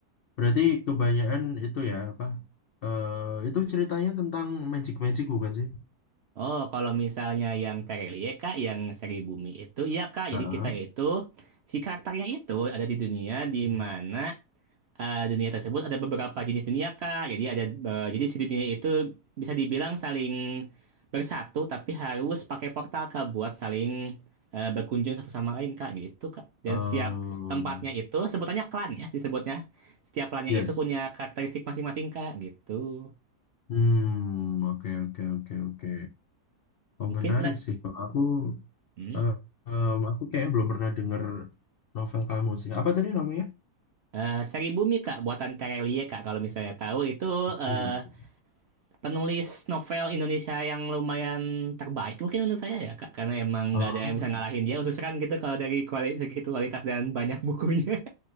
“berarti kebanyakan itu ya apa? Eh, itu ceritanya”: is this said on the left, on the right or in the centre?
Left